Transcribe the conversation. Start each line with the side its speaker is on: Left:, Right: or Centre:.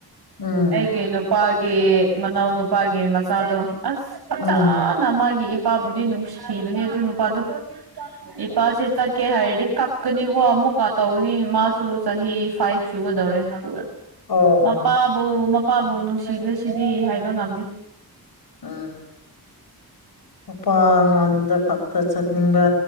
Left: ꯎꯝ
Right: ꯑꯩꯒꯤ ꯅꯨꯄꯥꯒꯤ ꯃꯅꯥꯎ ꯅꯨꯄꯥꯒꯤ ꯃꯆꯥꯗꯣ ꯑꯁ
Left: ꯎꯝ
Right: ꯅ ꯃꯥꯒꯤ ꯏꯄꯥꯕꯨꯗꯤ ꯅꯨꯡꯁꯤꯕꯅꯦ ꯑꯗꯨ ꯅꯨꯄꯥꯗꯣ ꯏꯄꯥꯁꯦ ꯆꯠꯀꯦ ꯍꯥꯏꯔꯗꯤ ꯀꯞꯀꯅꯤ ꯋꯥꯣ ꯑꯃꯨꯀꯥ ꯇꯧꯅꯤ ꯃꯥꯁꯨꯁ ꯆꯍꯤ ꯐꯥꯏꯚ ꯁꯨꯒꯗꯧꯔꯦ ꯑꯗꯨꯒ
Left: ꯑꯣ
Right: ꯃꯄꯥꯕꯨ
Left: ꯑꯣ
Right: ꯏꯄꯥꯕꯨ ꯅꯨꯡꯁꯤꯕꯁꯤꯗꯤ ꯍꯥꯏꯕ ꯉꯝꯗꯦ
Left: ꯎꯝ ꯃꯄꯥꯉꯣꯟꯗ ꯈꯛꯇ ꯆꯠꯅꯤꯡꯕ